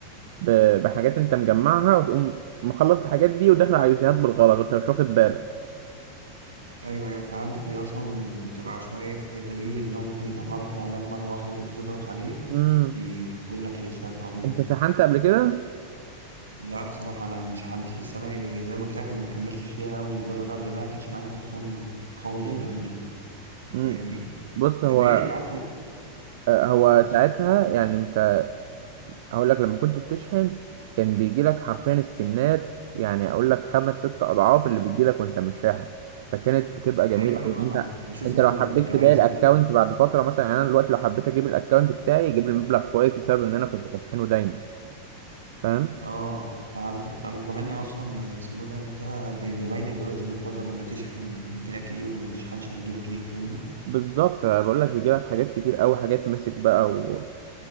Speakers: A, on the right (about 50°); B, on the right (about 75°).
A: ب... بحاجات انت مجمعها وتقوم مخلص الحاجات دي وداخل على يوسيهات بالغلط وانت مش واخد بالك
B: ايوه ايوه فهمتك هي اصلا بتبقى عشوائيه في الحته دي لانه ممكن يطلع لك اعلان مره واحده كده تضغط عليه
A: امم
B: يحول لك اليسات على طول
A: انت شحنت قبل كده
B: لا بصراحة أنا مش عندي بس أنا يعني زي ما قلت لك أنا ما كملتش فيها أوي للدرجة لأن أنا كانش معايا تليفون قوي
A: مم.
B: للدرجة دي
A: مم.
B: فاهمني؟
A: بص هو
B: طب إيه لعبت
A: هو
B: لعبت
A: ساعتها
B: فيه قبل كده؟
A: يعني انت هقول لك لما كنت بتشحن كان بيجي لك حرفيا سكنات يعني اقول لك خمس ست اضعاف اللي بيجي لك وانت مش شاحن فكانت بتبقى جميله
B: أيوه أيوه
A: قوي
B: أنا
A: انت
B: كنت بشوف
A: انت
B: الجوايز
A: لو حبيت تبيع الاكونت
B: كده
A: بعد فتره مثلا يعني انا دلوقتي لو حبيت اجيب الاكونت بتاعي يجيب لي مبلغ كويس بسبب ان انا كنت بشحنه دايما فاهم
B: أه فهمتك فهمتك كمان أصلا اسمه ده أنت بيبقى باين الجوايز من بره لما تشحن هيجيلك إيه وما تشحنش هيجيلك إيه فاهمني؟
A: بالظبط بقول لك بيجي لك حاجات كتير قوي حاجات مسك بقى و...